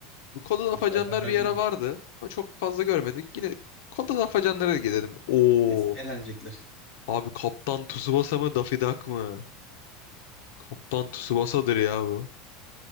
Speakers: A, on the left; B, in the centre.
A: Bu Koda'da
B: İki
A: Afacanlar
B: apaçan
A: bir ara vardı. Ama çok fazla görmedik. Yine Koda'da Afacanlara gidelim. Oo.
B: neyse eğlenecekler.
A: Abi Kaptan Tsubasa mı Daffy Duck mı? Kaptan Tsubasa'dır ya bu.